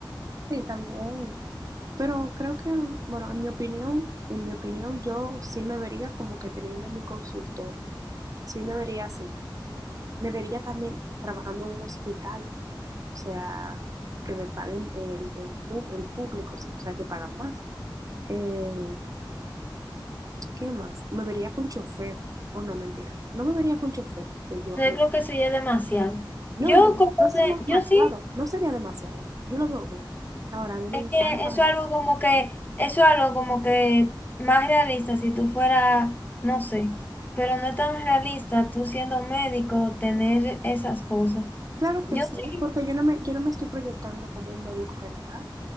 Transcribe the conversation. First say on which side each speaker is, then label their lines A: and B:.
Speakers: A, on the right; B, on the left.
A: Sí, también. Pero creo que, bueno, en mi opinión, en mi opinión, yo sí me vería como que teniendo mi consultorio. Sí me vería así. Me vería también trabajando en un hospital o sea, que me paguen el, el, pu- el público, o sea, tú sabes que pagan más. Eh, ¿qué más? Me vería con chofer, o no, mentira. No me vería con chofer, porque yo,
B: Entonces
A: me-
B: creo que eso ya es demasiado.
A: no,
B: Yo
A: no,
B: como
A: no sería
B: de,
A: demasiado,
B: yo sí.
A: no sería demasiado, yo lo veo bien. Ahora, a mí me
B: Es
A: encanta
B: que eso
A: manejar.
B: es algo como que, eso es algo como que más realista si tú fueras, no sé, pero no es tan realista tú siendo médico tener esas cosas.
A: Claro
B: Yo
A: que sí,
B: sí.
A: porque yo no me, yo no me estoy proyectando como un médico general,